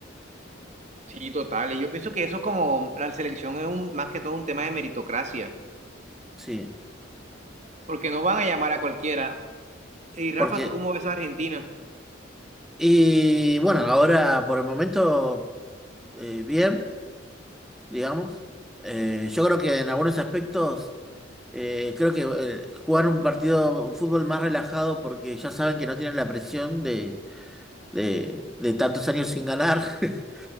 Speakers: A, on the right; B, in the centre.
A: Sí, total. Y yo pienso que eso como la selección es un, más que todo un tema de meritocracia,
B: Sí,
A: porque no van a llamar a cualquiera. Y Rafa,
B: porque,
A: ¿tú cómo ves a Argentina?
B: y bueno, ahora por el momento, eh, bien, digamos. Eh, yo creo que en algunos aspectos, eh, creo que eh, jugar un partido, un fútbol más relajado porque ya saben que no tienen la presión de de, de tantos años sin ganar. <laughs>